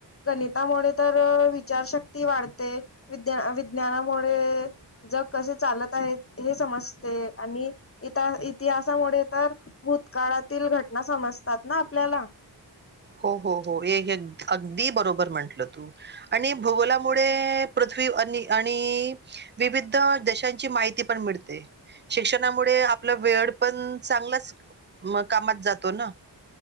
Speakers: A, on the left (about 30°); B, on the right (about 25°).
A: मी समजून पण घेतो गणितामुळे तर विचारशक्ती वाढते विज्ञ विज्ञानामुळे तर सामान्य ज्ञान मिळते जगात लोक कसे वापरत आहात हे समजते इतिहासामुळे तर भूतकाळातील घटना समजतात ना आपल्याला हो
B: हो हो हो अगदी बरोबर म्हंटलं तू आणि भूगोलामुळे मागचं घडलेली माहित होत आणि विविध देशांची माहिती पण मिळते शिक्षणामुळे आपला वेळ पण चांगलाच कामात जातो ना